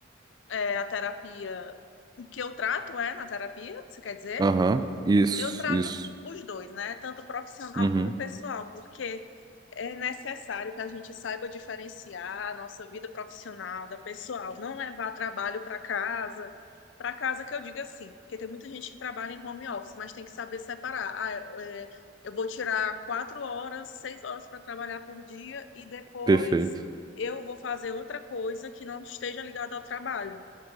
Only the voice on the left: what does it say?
É a terapia o que eu trato é na terapia, você quer dizer?
Eu trato
os dois, né? Tanto profissional
como pessoal, porque é necessário que a gente saiba diferenciar a nossa vida profissional da pessoal, não levar trabalho para casa. Para casa que eu digo assim, porque tem muita gente que trabalha em home office, mas tem que saber separar. Ah, é, eu vou tirar quatro horas, seis horas para trabalhar por dia e depois
eu vou fazer outra coisa que não esteja ligada ao trabalho.